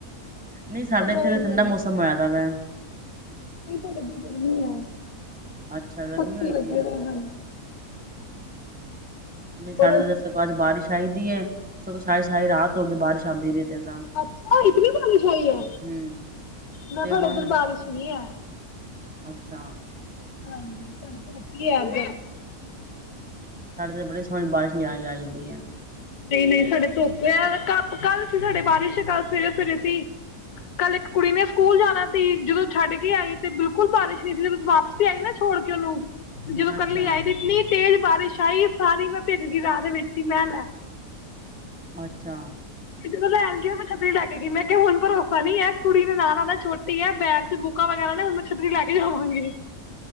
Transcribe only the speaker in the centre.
ਨਹੀਂ ਸਾਡੇ
ਇੱਥੇ
ਤਾਂ ਠੰਡਾ
ਮੌਸਮ
ਹੋਇਆ ਵਾ
ਅੱਛਾ ਗਰਮੀ
ਹੋਈ
ਦੀ ਹੈ
ਨਹੀਂ
ਸਾਡੇ ਤੇ ਅੱਜ ਬਾਰਿਸ਼ ਆਈਦੀ ਹੈ ਸਗੋਂ ਸਾਰੀ ਸਾਰੀ ਰਾਤ ਹੋ ਗਈ ਬਾਰਿਸ਼ ਚਾਂਦੀ ਰਹਿੰ <unintelligible>
ਹਮ
ਤੇ
ਹੁਣ
ਅੱਛਾ
ਸਾਡੇ ਤੇ ਬੜ ਸਹਣੀ ਬਾਰਿਸ਼ ਨ ਆ ਜਾਂਦੀ ਹੈ <unintelligible>
ਅੱਛਾ
ਅੱਛਾ